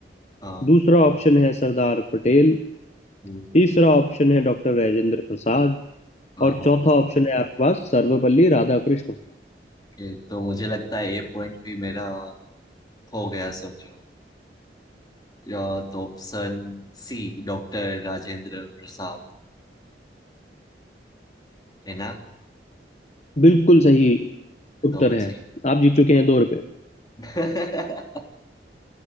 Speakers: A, on the left; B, on the left.
A: हाँ
B: दूसरा ऑप्शन है सरदार पटेल
A: हम्म,
B: तीसरा ऑप्शन है डॉक्टर राजेंद्र प्रसाद
A: हाँ
B: और
A: हाँ
B: चौथा ऑप्शन है आपके पास सर्वपल्ली राधाकृष्ण
A: ये तो मुझे लगता है ए पॉइंट भी मेरा हो गया समझो या तो option C doctor Rajendra Prasad है ना
B: बिल्कुल सही उत्तर
A: तो बची
B: है आप जीत चुके हैं दो रुपए
A: <laughs> मतलब